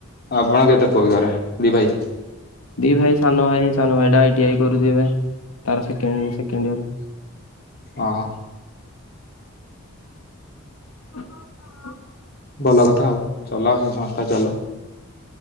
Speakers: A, on the left; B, on the left.
A: ଆପଣ କେତେ ପୁଅ ଘରେ ଦି ଭାଇ?
B: ଦି ଭାଇ ସାନ ଭାଇ ସାନ ଭାଇଟା ଆଇଟିଆଇ କରୁଛି ଏବେ ତାର ସେକେଣ୍ଡ ସେକେଣ୍ଡ ଇୟର।
A: ଓ ହୋ।
B: <inaudible>
A: ଭଲ କଥା ଆଉ ଚଲାଉଛି ସଂସ୍ଥା ଚାଲୁ।